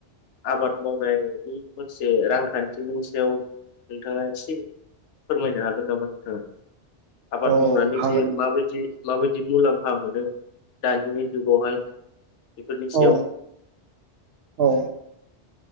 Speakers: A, on the left; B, on the right.
A: आबाद मावनायनि मोनसे रांखान्थिनि सायाव नोंथांङा एसे फोरमायनो हागोन नामा नोंथांङा? आबाद
B: औ
A: मावनानै
B: हागोन
A: जे माबायदि माबायदि जि मुलाम्फा मोनो, दानि जुगावहाय बेफोरनि सायाव
B: औ औ